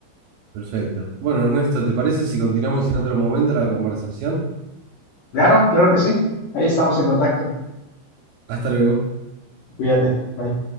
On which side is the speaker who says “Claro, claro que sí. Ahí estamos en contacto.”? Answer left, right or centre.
Left